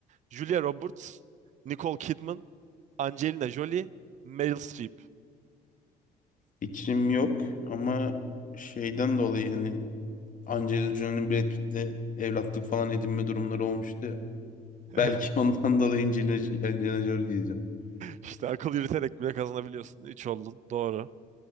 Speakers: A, on the right; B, on the left.
A: Julia Roberts, Nicole Kidman, Angelina Jolie, Meryl Streep. <laughs>
B: Fikrim yok ama şeyden dolayı hani Angelina Jolie'nin Brad Pitt'le evlatlık falan edinme durumları olmuştu ya.
A: Evet.
B: Belki <laughs> ondan dolayı Angelina, Angelina Jolie diyeceğim.
A: İşte akıl yürüterek bile kazanabiliyorsun. Üç oldun. Doğru.